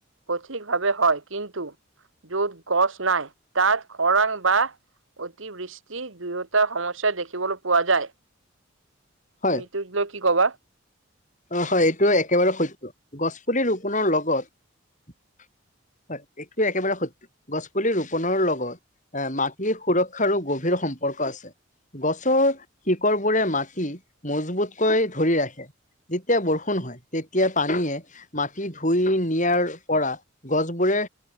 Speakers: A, on the right; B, on the left.
A: সঠিক ভাৱে হয়, কিন্তু। য'ত গছ নাই, তাত খৰাং বা। অতি বৃষ্টি, দুয়োটা সমস্যা দেখিবলৈ পোৱা যায়।
B: হয়,
A: তুমি এইটোক লৈ কি কবা?
B: অ হয়, এইটোয়ে একেবাৰে সত্য, গছপুলি ৰোপণৰ লগত। হয়, এইটো একেবাৰে সত্য। গছপুলি ৰোপণৰ লগত, এ মাটিৰ সুৰক্ষাৰো গভীৰ সম্পৰ্ক আছে। গছৰ শিকৰবোৰে মাটি, মজবুতকৈ ধৰি ৰাখে। যেতিয়া বৰষুণ হয়, তেতিয়া পানীয়ে। মাটি ধুই নিয়াৰ পৰা গছবোৰে।